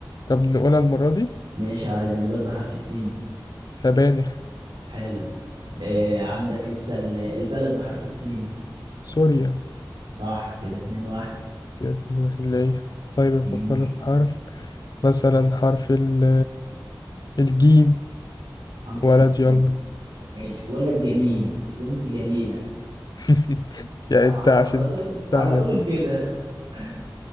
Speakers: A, on the left; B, on the right.
A: طب نقولها المرة دي
B: ماشي عادي نبات بحرف السين
A: سبانخ
B: حلو إيه عندك لسه ال- البلد بحرف السين
A: سوريا
B: صح كده اتنين واحد
A: كده نروح نلاقيها طيب أفكر
B: ماشي
A: لك في حرف مثلا حرف ال الجيم
B: حرف
A: ولد
B: السين
A: يلا
B: ماشي ولد جميل بنت جميلة
A: <laughs> يا
B: آه
A: انت عشان
B: على طول
A: سهلة
B: على طول
A: دي
B: كده
A: <laughs>
B: <laughs>